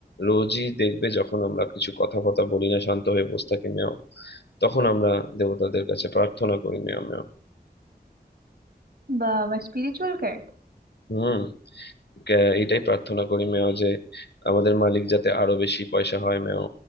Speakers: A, on the left; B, on the right.
A: রোজই দেখবে যখন আমরা কিছু কথা ফথা বলি না শান্ত হয়ে বসে থাকি মেও তখন আমরা দেবতাদের কাছে প্রার্থনা করি মেও মেও
B: বাবা স্পিরিচুয়াল ক্যাট
A: হুম কে- এটাই প্রার্থনা করি মেও যে আমাদের মালিক যাতে আরো বেশি পয়সা হয় মেও